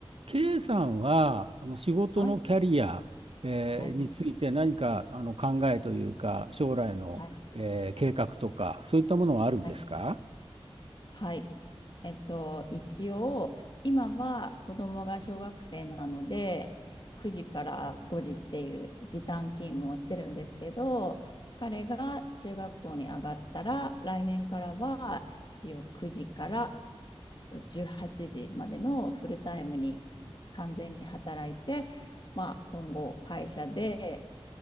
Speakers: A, on the right; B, on the left.
A: K さんは、あの仕事のキャリア、
B: はい。
A: えーについて何かあの考えというか、
B: はい、
A: 将来の、
B: はい、
A: えー計画とか、そういったものはあるんですか
B: はい、はい。えっと、一応、今は子供が小学生なので、9時から5時っていう時短勤務をしてるんですけど、彼が中学校に上がったら、来年からは一応9時からと18時までのフルタイムに完全に働いて、まあ、今後会社で、